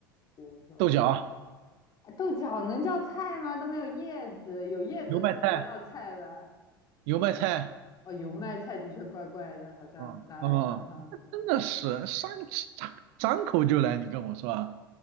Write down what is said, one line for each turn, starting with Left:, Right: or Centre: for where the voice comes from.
Left: 比如说，
Right: 豆角、
Left: 啊豆角能叫菜吗？都没有叶子，有叶子才能叫菜吧？
Right: 油麦菜、油麦菜。
Left: 哦，油麦菜的确怪怪的，好像拿来上汤的话，
Right: 啊啊，真的是张张张口就来，你跟我说啊。